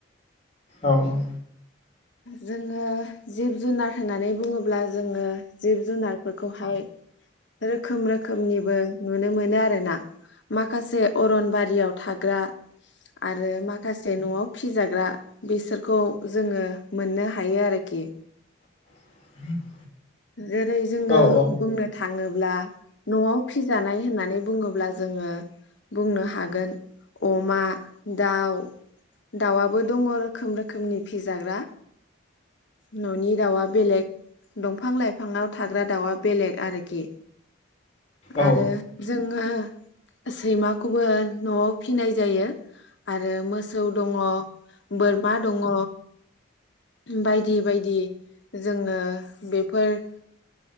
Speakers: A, on the left (about 30°); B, on the left (about 65°).
A: औ औ
B: जोंङो जिब जुनार होननानै बुंङोब्ला जोंङो जिब जुनारफोरखौहाय रोखोम रोखोमनिबो नुनो मोनो आरोना। माखासे अरनबारियाव थाग्रा आरो माखासे न'आव फिजाग्रा बिसोरखौ जोंङो मोननो हायो आरोखि।
A: <inaudible>
B: जेरै जोंङो
A: औ औ
B: बुंनो थाङोब्ला न'आव फिजानाय होननानै बुंङोब्ला जोंङो बुंनो हागोन अमा दाव दावआबो दंङ रोखोम रोखोमनि फिजाग्रा। न'नि दावआ बेलेग दंफां लाइफांङाव थाग्रा दावआ बेलेग आरोखि।
A: औ
B: आरो जोंङो सैमाखौबो न'आव फिनाय जायो आरो मोसौ दंङ। बोरमा दंङ। बायदि बायदि जोंङो बेफोर